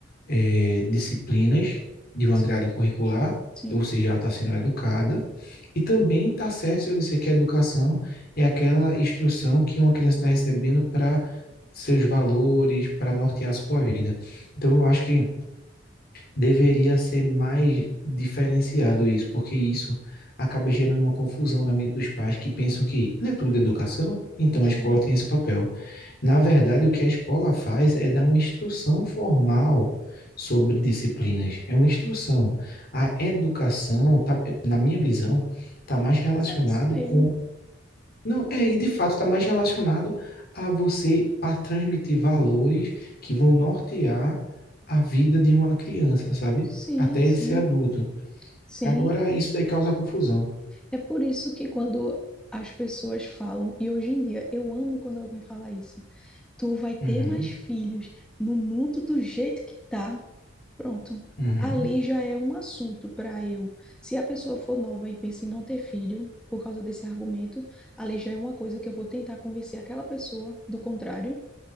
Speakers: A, on the left; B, in the centre.
A: é, disciplinas de uma
B: sim,
A: grade curricular,
B: sim,
A: ou seja, ela está sendo educada, e também está certo se eu disser que a educação é aquela instrução que uma criança está recebendo para seus valores, para nortear a sua vida. Então, eu acho que deveria ser mais diferenciado isso, porque isso acaba gerando uma confusão na mente dos pais que pensam que não é tudo educação, então
B: sim,
A: a escola tem esse papel. Na verdade,
B: sim.
A: o que a escola faz é dar uma instrução formal sobre disciplinas, é uma instrução. A educação, tá, na minha visão, está mais relacionado
B: Mas é isso mesmo.
A: com não, é, e de fato está mais relacionado a você para transmitir valores que vão nortear a vida de uma criança, sabe?
B: Sim,
A: Até
B: sim,
A: ele ser adulto.
B: sim.
A: Agora, isso daí causa confusão.
B: É por isso que quando as pessoas falam, e hoje em dia eu amo quando alguém fala isso, tu vai ter
A: Uhum,
B: mais filhos no mundo do jeito que tá. Pronto.
A: uhum,
B: Ali já é um assunto para eu. Se a pessoa for nova e pensa em não ter filho por causa desse argumento, ali já é uma coisa que eu vou tentar convencer aquela pessoa do contrário.